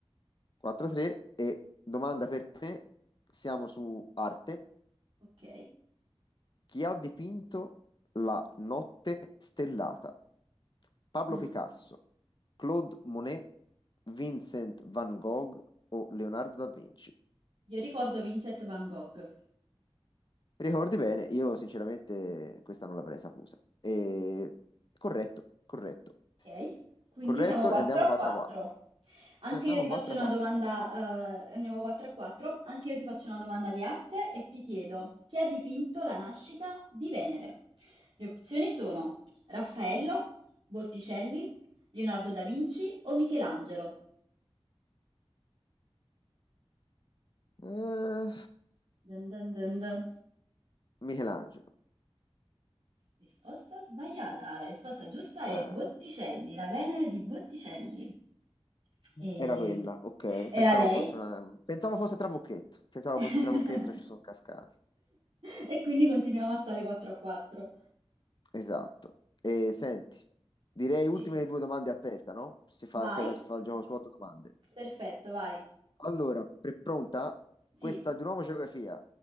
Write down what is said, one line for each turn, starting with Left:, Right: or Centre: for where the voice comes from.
Left: 4-3 e domanda per te, siamo su arte.
Right: ok?
Left: Chi ha dipinto la notte stellata? Pablo
Right: Mm.
Left: Picasso, Claude Monet, Vincent van Gogh o Leonardo da Vinci?
Right: Io ricordo Vincent Van Gogh.
Left: Ricordi bene, io sinceramente questa non l'avrei saputa. E... Corretto, corretto,
Right: Ok, quindi
Left: corretto
Right: siamo 4
Left: e andiamo
Right: a
Left: 4-4.
Right: 4. Anche
Left: Andiamo
Right: io ti faccio
Left: 4-4.
Right: una domanda, eh, andiamo 4 a 4. Anche io ti faccio una domanda di arte e ti chiedo chi ha dipinto la nascita di Venere? Le opzioni sono Raffaello, Botticelli, Leonardo da Vinci o Michelangelo.
Left: Eh,
Right: Dun dun dun dun.
Left: Michelangelo.
Right: Risposta sbagliata. La risposta giusta
Left: Eh,
Right: è Botticelli, la Venere di Botticelli. E-
Left: Era quella, ok. Pensavo
Right: Era lei?
Left: fosse una... Pensavo fosse Trabocchetto. Pensavo
Right: <laughs>
Left: fosse Trabocchetto, ci sono cascato.
Right: E quindi continuiamo a stare 4 a 4.
Left: Esatto. E senti, direi ultime
Right: Sì,
Left: due domande a testa, no? Si fa,
Right: Vai,
Left: se- si fa il gioco su otto domande.
Right: perfetto, vai.
Left: Allora, pre- pronta?
Right: Sì.
Left: Questa di nuovo geografia.